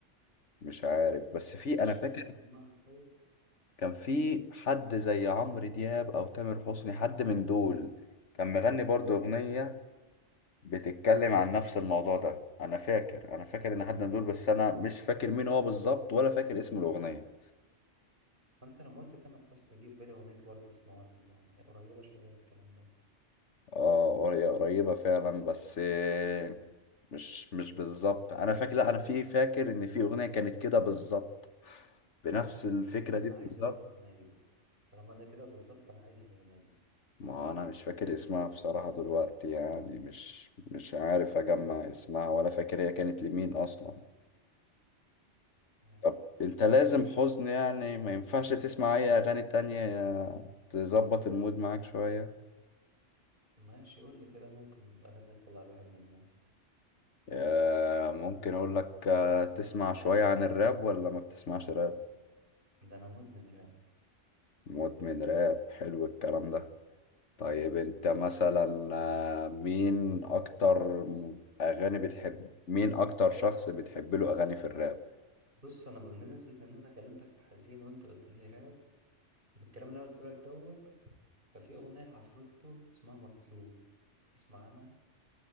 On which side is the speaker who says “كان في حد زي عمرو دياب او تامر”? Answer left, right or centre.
Left